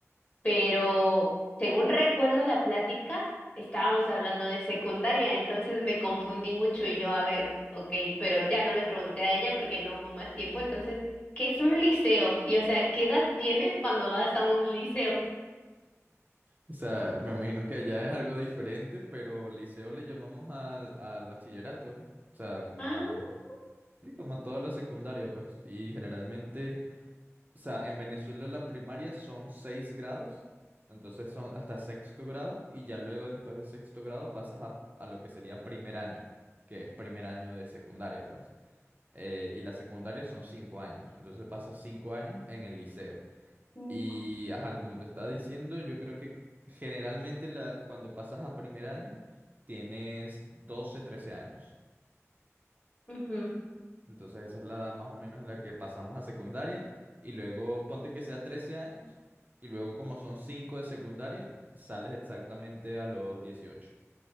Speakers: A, on the left; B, on the right.
A: Pero según recuerdo la plática, estábamos hablando de secundaria, entonces me confundí mucho y yo, a ver, ok, pero ya no le pregunté a ella porque no hubo más tiempo. Entonces, ¿qué es un liceo? Y o sea, ¿qué edad tienes cuando vas a un liceo?
B: O sea, me imagino que allá es algo diferente, pero liceo le llamamos al, al bachillerato. O sea, como,
A: Ah,
B: sí, como toda la secundaria, pues. Y generalmente, o sea, en Venezuela la primaria son seis grados, entonces son hasta sexto grado, y ya luego después de sexto grado pasas a, a lo que sería primer año, que es primer año de secundaria, pues. Eh, y la secundaria son cinco años, entonces pasas cinco años en el liceo.
A: ujú,
B: Y, ajá, como te estaba diciendo, yo creo que generalmente la, cuando pasas a primer año, tienes 12 13 años.
A: ujú,
B: Entonces esa es la edad más o menos en la que pasamos a secundaria. Y luego, ponte que sea 13 años. Y luego, como son 5 de secundaria, sales exactamente a los dieciocho